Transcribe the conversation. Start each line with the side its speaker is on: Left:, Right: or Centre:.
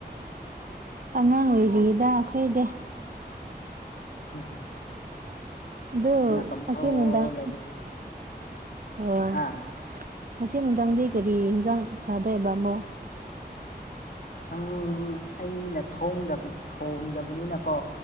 Right: ꯑꯉꯥꯡ ꯑꯣꯏꯔꯤꯗ ꯑꯈꯣꯏꯗꯤ
Left: ꯍꯝ <unintelligible>
Right: ꯑꯗꯨ
Left: ꯇꯝꯊꯣꯛꯑꯣ
Right: ꯉꯁꯤ ꯅꯨꯡꯗꯥꯡ
Left: ꯂꯥꯏꯔꯤꯛ
Right: ꯍꯣꯏ
Left: ꯍꯥ
Right: ꯉꯁꯤ ꯅꯨꯡꯗꯥꯡꯗꯤ ꯀꯔꯤ ꯏꯟꯖꯡ ꯆꯥꯗꯣꯏꯕ ꯑꯃꯨꯛ
Left: ꯈꯪ ꯑꯩꯅ ꯊꯣꯡꯗꯕ ꯊꯣꯡꯗꯕꯅꯤꯅꯀꯣ